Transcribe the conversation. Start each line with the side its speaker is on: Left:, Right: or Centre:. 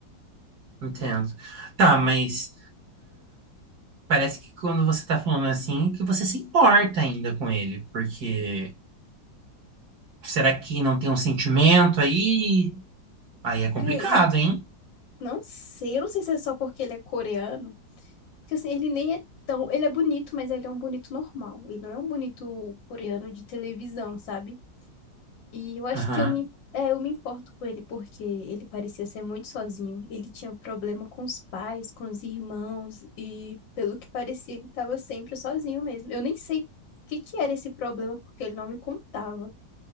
Right: Entendo. Tá, mas Parece que quando você tá falando assim, que você se importa ainda com ele, porque será que não tem um sentimento aí? Aí é complicado,
Left: Ai,
Right: hein?
Left: não sei, eu não sei se é só porque ele é coreano, porque assim, ele nem é tão, ele é bonito, mas ele é um bonito normal, ele não é um bonito coreano de televisão, sabe? E eu acho
Right: Aham.
Left: que eu me, é, eu me importo com ele porque ele parecia ser muito sozinho. Ele tinha problema com os pais, com os irmãos e, pelo que parecia, ele estava sempre sozinho mesmo. Eu nem sei o que que era esse problema porque ele não me contava.